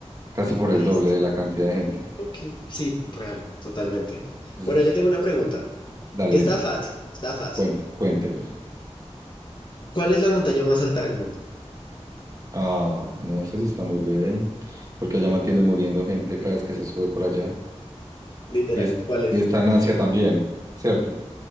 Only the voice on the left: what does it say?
Listo.
Ok, sí, real, totalmente.
Bueno, yo tengo una pregunta,
que está
fácil, está fácil.
¿Cuál es la montaña más alta del mundo?
Literal,
¿cuál es?